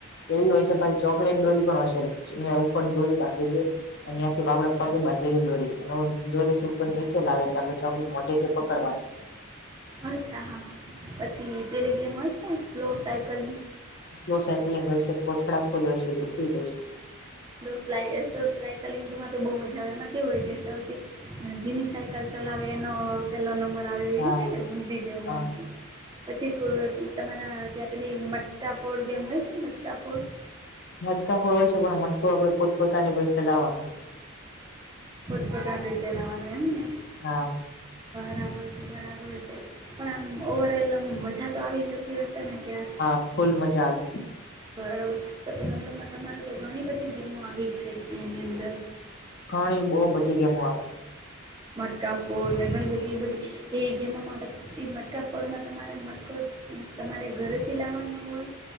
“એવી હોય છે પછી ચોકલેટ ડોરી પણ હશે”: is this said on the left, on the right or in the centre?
Left